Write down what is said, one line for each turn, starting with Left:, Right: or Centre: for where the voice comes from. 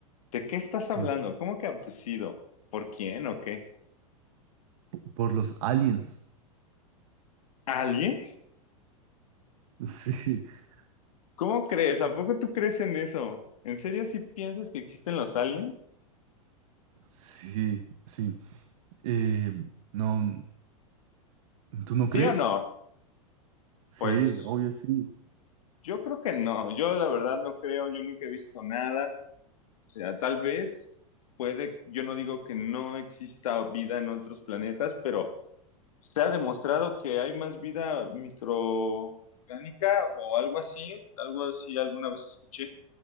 Left: ¿De qué estás hablando?
Right: Sí.
Left: ¿Cómo que abducido? ¿Por quién o qué?
Right: Por los aliens.
Left: ¿Aliens?
Right: <laughs>
Left: ¿Cómo crees? ¿A poco tú crees en eso? ¿En serio si piensas que existen los aliens?
Right: Sí, sí, sí. Eh, no, ¿tú no
Left: ¿Sí
Right: crees?
Left: o no?
Right: Sí,
Left: Pues
Right: obvio sí.
Left: yo creo que no. Yo la verdad no creo, yo nunca he visto nada. O sea, tal vez puede, yo no digo que no exista vida en otros planetas, pero se ha demostrado que hay más vida microorgánica o algo así, algo así alguna vez escuché,